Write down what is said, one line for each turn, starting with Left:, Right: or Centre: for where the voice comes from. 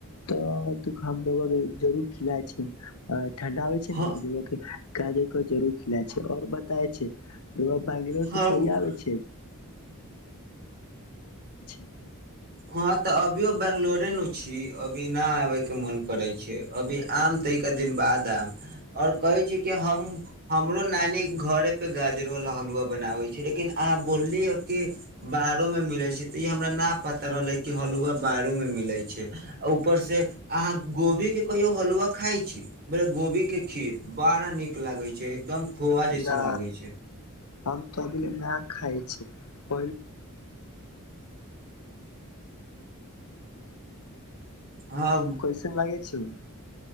Left: त हमो जरु र खिलए छैय ठणडा होय छैय
Right: ह
Left: ने त गाजर क जरुर खिला छैऔर ब <unintelligible> त छै <unintelligible> त बैंगलोर
Right: हम
Left: से कहिआ आबै छियैक <unintelligible>
Right: हँ तऽ अभियो बंगललोरे नु छी अभी न आबे केँ मन करै छैक अभी आम तऽ एक दिनक बाद आयब और कहैत छी कि हम हमरो नानी घरे पे गाजरवाल हलुआ बनाबे छैक लेकिन अहाँ बोलली हां कि बाहरो मे मिलै छैक तऽ ई हमरा न पता रहलै कि हलुआ बाहरो मे मिले छै आ ऊपर से अहाँ गोभी केँ कहियो हलुआ खाय छी गोभी केँ केँ खीर बड़ा नीक लागय छैक एकदम खोआ जैसन
Left: ना
Right: लागय छैक
Left: हम तऽ अभीले ना खाइ <unintelligible>
Right: हँ
Left: कैसन लगय छैक